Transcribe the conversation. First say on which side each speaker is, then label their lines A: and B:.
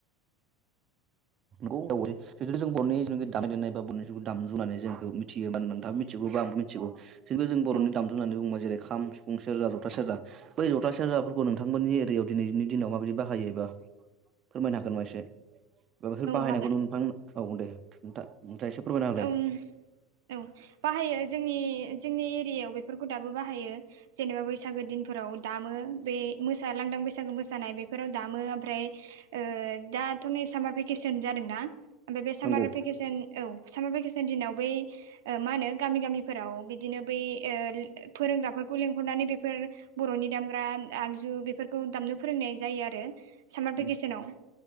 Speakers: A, on the right; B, on the right.
A: गौ दं जे <unintelligible> जों बर'नि जों दामनाय देनाय बा बर'नि दामजु जोंखौ मिथियो मानोना नोंथाङा मिथि जोबोबा आंबो मिथिगौ खिनथु जों बर'नि
B: औ
A: दाममु होननानै बुंबाथाय खाम सिफुं सेरजा ज'था सेरजा बै जथा सेरजाफोरखौ नोंथांमोननि एरियाव दिनैनि दिनाव माबायदि बाहायो एबा फोरमायनो हागोन नामा एसे हा बेफोर बाहायनायखौ
B: हागोन
A: नोंथां औ दे नोंथां एसे फोरमायना होलाय
B: ओम औ बाहायो जोंनि जोंनि एरियायाव बेफोरफोरखौ दाबो बाहायो जेनेबा‌ बैसागु दिनफोराव दामो बे <unintelligible> लांदां बैसागु मोसानाय बेफोराव दामो ओमफ्राय ओ दाथ' नै सामार भेकेसन जादोंना ओमफ्राय बे सामार
A: नंगौ
B: भेकेसन औ सामार भेकेसननि दिनाव बै मा होनो गामि गामिफोराव बिदिनो बै ओ फोरोंग्राफोर लेंहरनानै बेफोर बर'नि दामग्रा आग आगजु बेफोरखौ दामनो फोरोंनाय जायो आरो सामार
A: उम
B: भेकेसनाव।